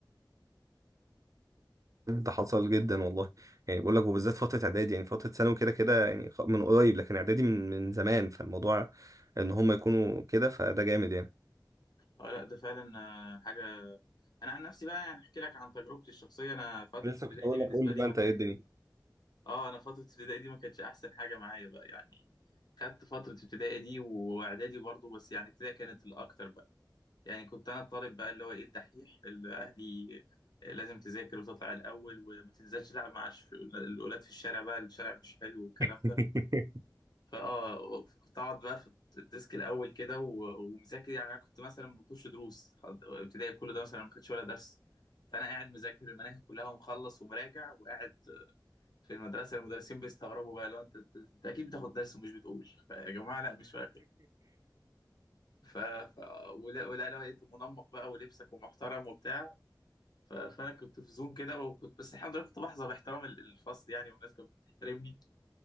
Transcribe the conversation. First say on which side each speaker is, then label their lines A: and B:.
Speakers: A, on the right; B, on the left.
A: ده حصل جدا والله يعني بقول لك وبالذات فترة اعدادي يعني فترة ثانوي كده كده يعني خ- من قريب لكن اعدادي من من زمان فالموضوع ان هم يكونوا كده فده جامد يعني
B: اه لا ده فعلا آه، حاجه انا عن نفسي بقى يعني احكي لك عن تجربتي الشخصيه انا فتره
A: لسه
B: ابتدائي
A: كنت اقول
B: دي بالنسبه
A: لك قول لي
B: لي
A: بقى
B: ما
A: انت
B: كانت
A: ايه الدنيا
B: اه انا فتره ابتدائي دي ما كانتش احسن حاجه معايا بقى يعني خدت فتره ابتدائي دي واعدادي برضه بس يعني ابتدائي كانت الاكتر بقى. يعني كنت انا الطالب بقى اللي هو ايه الدحيح اللي اهلي لازم تذاكر وتطلع الاول وما تنزلش تلعب مع الش- الاولاد في الشارع بقى الشارع مش حلو والكلام
A: <laughs>
B: ده فاه كنت اقعد بقى في الديسك الاول كده و- ومذاكر يعني انا كنت مثلا بخش دروس خد- ابتدائي كله ده مثلا ما خدش ولا درس فانا قاعد مذاكر المناهج كلها ومخلص ومراجع وقاعد في المدرسه المدرسين بيستغربوا بقى لو انت انت أنت اكيد بتاخد درس ومش بتقول يا جماعه لا مش واخد ف... ف... ولا ولا لقيت منمق بقى ولبسك ومحترم وبتاع ف- فانا كنت في زوم كده وكنت بس الحمد لله كنت بحظى باحترام ال- الفصل يعني والناس كانت بتحترمني